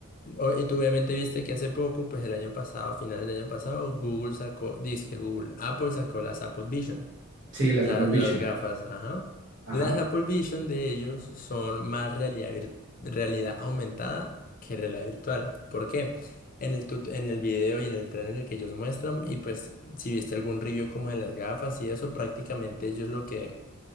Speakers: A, on the left (about 40°); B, on the right (about 60°).
A: O- Y tú obviamente viste que hace poco, pues el año pasado, a finales del año pasado, Google sacó, que Google, Apple sacó las Apple Vision,
B: sí, las
A: la-
B: Apple
A: las
B: Vision,
A: gafas, ajá.
B: ajá.
A: Las Apple Vision de ellos son más realidad, vir- realidad aumentada que realidad virtual. ¿Por qué? En el, tut- en el video y en el trailer que ellos muestran, y pues si viste algún review como de las gafas y eso, prácticamente ellos lo que